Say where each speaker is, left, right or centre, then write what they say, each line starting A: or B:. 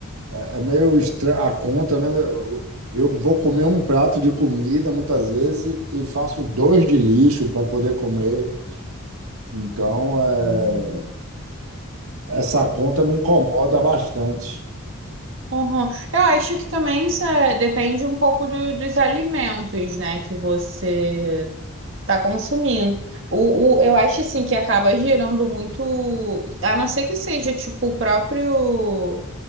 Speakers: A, on the right (about 80°); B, on the right (about 60°).
A: É é meio estranha a conta, né? Eu vou comer um prato de comida muitas vezes e faço dois de lixo para poder comer. Então, é,
B: Uhum.
A: essa conta me incomoda bastante.
B: Uhum. Eu acho que também isso é- depende um pouco do- dos alimentos, né, que você está consumindo. O, o, eu acho assim que acaba gerando muito, a não ser que seja tipo o próprio